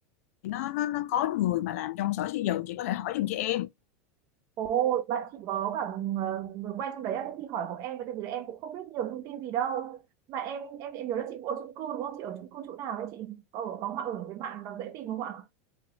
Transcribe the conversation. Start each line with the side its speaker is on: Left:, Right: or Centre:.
Left: nó nó nó có người mà làm trong sở xây dựng chị có thể hỏi giùm cho em
Right: ồ bạn chị có cả ờ, người quen trong đấy á, thế thì hỏi của em với tại vì là em cũng không biết nhiều thông tin gì đâu mà em em em nhớ là chị cũng ở chung cư đúng không chị ở chung cư chỗ nào đấy chị có ở có mà ở với bạn nó dễ tìm không ạ